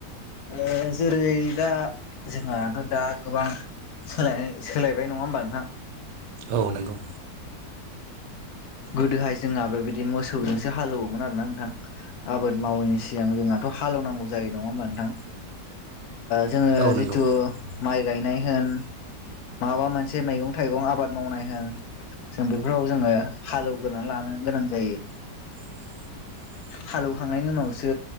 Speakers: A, on the left; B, on the right.
A: ओ जेरै दा जोंहाथ' दा गोबां सोलायनाय नङा होमबा नोंथां?
B: औ नंगौ।
A: गोदोहाय जोंना बेबायदि मोसौजोंसो हालेवोमोन आरो ना नोंथां। आबाद मावैनि सिगां जोंहाथ' हालौनांगौ जायो नङा होमबा नोंथां? जोङो
B: औ नंगौ
A: जिथु माइ गायनाय होन माबा मोनसे मैगं थाइगं आबाद मावनाय होन जों बेफोराव जोङो हालेवगोरनानै लानो गोनां जायो।
B: <inaudible>
A: हालेवखांनायनि उनावसो